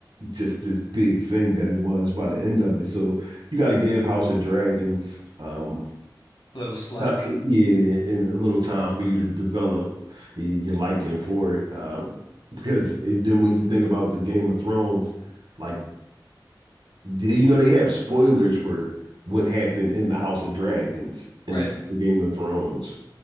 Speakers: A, on the right (about 85°); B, on the left (about 75°).
A: just this big thing that it was by the end of it. So you got to give House of Dragons. Um,
B: A little slack.
A: uh, Yeah, and a little time for you to develop y- your liking for it. Um, because it, then when you think about the Game of Thrones, like they, you know they have spoilers for what happened in the House of Dragons
B: Right.
A: inside the Game of Thrones.